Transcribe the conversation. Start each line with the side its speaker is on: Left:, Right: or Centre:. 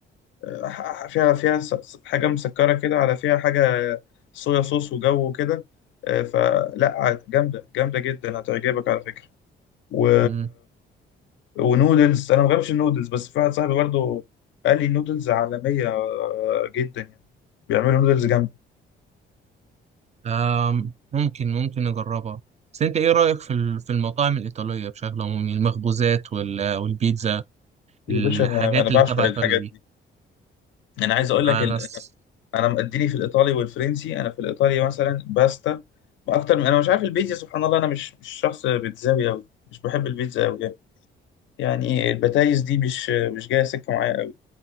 Left: آه، فيها فيها س- س- حاجة مسكرة كده على فيها حاجة صويا صوص وجو كده آه، فلا عاد- جامدة جامدة جدا هتعجبك على فكرة و...
Right: مم.
Left: ونودلز أنا ما بحبش النودلز بس في واحد صاحبي برضه قال لي النودلز عالمية آه، جدا يعني بيعملوا نودلز جامدة
Right: آم، ممكن ممكن نجربها بس انت ايه رأيك في ال- في المطاعم الإيطالية بشكل عمومي المخبوزات وال- والبيتزا
Left: يا
Right: الحاجات
Left: باشا أنا أنا بعشق
Right: اللي تبع
Left: الحاجات
Right: إيطاليا دي
Left: دي أنا عايز أقول لك
Right: انا
Left: ال...
Right: س-
Left: أنا مديني في الإيطالي والفرنسي أنا في الإيطالي مثلا باستا أكتر من أنا مش عارف البيتزا سبحان الله أنا مش مش شخص بيتزاوي أوي مش بحب البيتزا أوي يعني. يعني البتايز دي مش مش جايه سكه معايا قوي